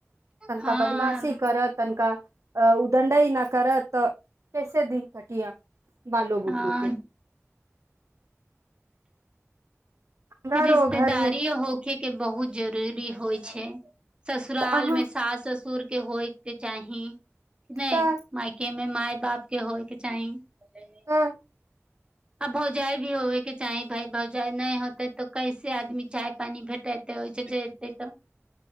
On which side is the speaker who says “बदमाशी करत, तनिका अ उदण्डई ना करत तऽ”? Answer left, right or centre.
Right